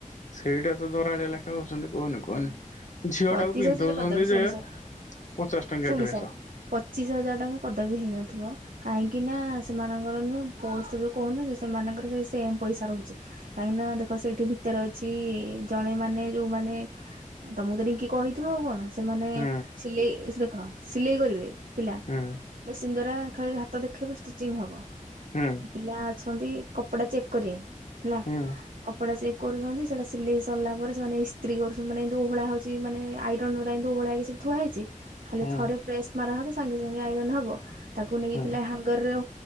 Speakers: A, on the left; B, on the right.
A: ସେଇଟା ତ ଦରାଳି ଲେଖା ହଉଛନ୍ତି। କୁହନି କୁହନି।
B: ହଁ,
A: ଝିଅ
B: ପଚିଶ
A: ଟାକୁ ପିନ୍ଧଉଛନ୍ତି
B: ହଜାର କଦାପି ଶୁଣି
A: ଯେ
B: ସାର,
A: ପଚାଶ ଟଙ୍କିଆ
B: ଶୁଣି
A: ଡ୍ରେସ
B: ସାର ପଚିଶ ହଜାର ଟଙ୍କା କଦାପି ହେଇନଥିବ। କାହିଁକିନା ସେମାନଙ୍କର ନୁହେଁ ପୋଷ୍ଟ ଯେଉଁ କହୁନ ସେମାନଙ୍କର ସେଇ ସେମ୍ ପଇସା ରହୁଛି, କାହିଁକି ନା ଦେଖ ସେଇଠି ଭିତରେ ଅଛି, ଜଣେମାନେ ଯୋଉ ମାନେ ତମକୁ ତ ରିଙ୍କି କହିଥିବ ଆଉ କଣ। ସେମାନେ
A: ହୁଁ
B: ସିଲେଇ ଦେଖ ସିଲେଇ କରିବେ। ପିଲା
A: ହୁଁ।
B: ମେସିନ ଦ୍ଵାରା ଖାଲି ହାତ ଦେଖେଇବ ଷ୍ଟିଚିଂ ହେବ।
A: ହୁଁ
B: ପିଲା ଅଛନ୍ତି, କପଡ଼ା ଚେକ୍ କରିବେ। ହେଲା
A: ହୁଁ
B: କପଡ଼ା ଚେ କରୁଛନ୍ତି, ସେଇଟା ସିଲେଇ ସରିଲା ପରେ ସେମାନେ ଇସ୍ତ୍ରୀ କରୁ ମାନେ ଏମିତି ଓହଳା ହଉଛି, ମାନେ ଆଇରନ ଉରା ଏମିତି ଓହଳା ହେଇକି ସବୁ ଥୁଆ ହେଇଛି, ଖାଲି
A: ହୁଁ
B: ଥରେ ପ୍ରେସ ମରା ହବ, ସାଙ୍ଗେ ସାଙ୍ଗେ ଆଇରନ୍ ହବ। ତାକୁ ନେଇକି
A: ହୁଁ
B: ପିଲା ହାଙ୍ଗ ରେ ଓ,